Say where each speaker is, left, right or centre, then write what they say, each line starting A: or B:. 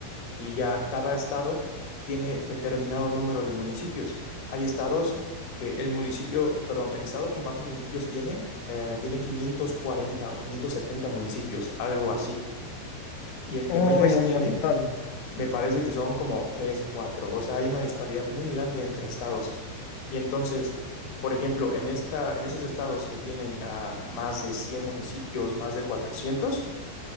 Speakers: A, on the left (about 55°); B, on the left (about 80°).
A: y ya cada estado tiene determinado número de municipios. Hay estados que el municipio, perdón, el estado que más municipios tiene, eh, tiene 540 o 570 municipios, algo así. Y el que
B: Uy,
A: menos
B: un
A: tiene,
B: montón.
A: me parece que son como 3, 4. O sea, hay una disparidad muy grande entre estados. Y entonces, por ejemplo, en esta, en esos estados que tienen ah, más de 100 municipios, más de 400